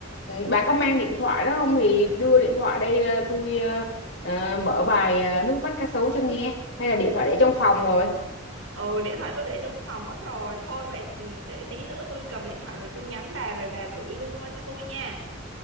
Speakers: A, on the left (about 60°); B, on the right (about 80°).
A: bà có mang điện thoại đó không thì đưa điện thoại đây ờ, tôi ờ, ờ, mở bài ờ, nước mắt cá sấu cho nghe hay là điện thoại để trong phòng rồi
B: ừ điện thoại tôi để trong phòng mất rồi thôi vậy ừ, để tí nữa tôi cầm điện thoại rồi tôi nhắn bà rồi bà gửi link qua cho tôi nha